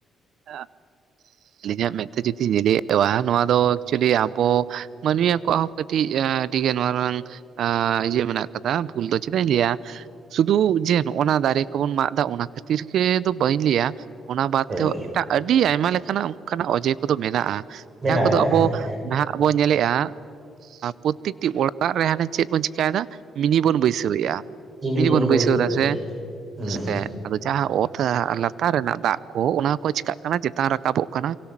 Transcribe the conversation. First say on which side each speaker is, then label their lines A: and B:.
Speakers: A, on the right (about 70°); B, on the right (about 35°).
A: <unintelligible> <inaudible> ᱟᱹᱞᱤᱧᱟᱜ ᱢᱮᱫ ᱛᱮ ᱡᱩᱫᱤ ᱞᱟ. ᱭᱚᱜᱼᱟ ᱵᱟᱝ ᱱᱚᱣᱟ ᱫᱚ ᱮᱠᱪᱩᱭᱮᱞᱤ ᱟᱵᱚ ᱢᱟᱹᱱᱢᱤ ᱠᱚᱣᱟᱜ ᱦᱚᱸ ᱠᱟᱹᱴᱤᱡ ᱟᱸᱰᱤ ᱜᱮ ᱱᱚᱣᱟ ᱨᱮᱱᱟᱝ ᱤᱭᱟᱹ ᱢᱮᱱᱟᱜ ᱟᱠᱟᱫᱟ ᱵᱷᱩᱞ ᱫᱚ ᱪᱮᱫᱟᱜ ᱤᱧ ᱞᱟᱹᱭᱟ ᱥᱩᱫᱷᱩ ᱡᱮ ᱱᱚᱜᱼᱚ ᱱᱚᱣᱟ ᱫᱟᱨᱮ ᱠᱚᱵᱚᱱ ᱢᱟᱜ ᱫᱟ ᱚᱱᱟ ᱠᱷᱟᱹᱛᱤᱨ ᱜᱮ ᱫᱚ ᱵᱟᱹᱧ ᱞᱮᱭᱟ ᱚᱱᱟ ᱵᱟᱫ
B: ᱦᱳᱭ
A: ᱛᱮᱦᱚᱸ ᱮᱴᱟᱜ ᱟᱹᱰᱤ ᱟᱭᱢᱟ ᱞᱮᱠᱟᱱᱟᱜ ᱚᱱᱠᱟᱱᱟᱜ ᱚᱡᱮ ᱠᱚᱫᱚ ᱢᱮᱱᱟᱜᱼᱟ
B: ᱢᱮᱱᱟᱜ
A: ᱡᱟᱦᱟᱸ ᱠᱚᱫᱚ
B: ᱟᱠᱟᱜᱼᱟ
A: ᱟᱵᱚ ᱱᱟᱦᱟᱜ ᱵᱚ ᱧᱮᱞᱮᱜᱼᱟ ᱟ ᱯᱨᱚᱛᱛᱮᱠᱴᱤ ᱚᱲᱟᱜ ᱨᱮ ᱦᱟᱱᱮ ᱪᱮᱫ ᱠᱚ ᱪᱤᱠᱟᱹᱭ ᱫᱟ ᱢᱤᱱᱤ ᱵᱚᱱ ᱵᱟᱹᱭᱥᱟᱹᱣᱮᱫᱼᱟ
B: ᱡᱤᱱᱤ
A: ᱢᱤᱞ ᱵᱚᱱ
B: ᱵᱟᱹᱭᱥᱟᱹᱜ
A: ᱵᱟᱹᱭᱥᱟ. ᱣ ᱫᱟᱥᱮ
B: ᱦᱩᱸ
A: ᱥᱮ ᱪᱮᱫ ᱟᱫᱚ ᱡᱟᱦᱟᱸ ᱚᱛ ᱞᱟᱛᱟᱨ ᱨᱮᱱᱟᱜ ᱫᱟᱜ ᱠᱚ ᱚᱱᱟ ᱠᱚ ᱪᱤᱠᱟᱜ ᱠᱟᱱᱟ ᱪᱮᱛᱟᱱ ᱨᱟᱠᱟᱵᱚᱜ ᱠᱟᱱᱟ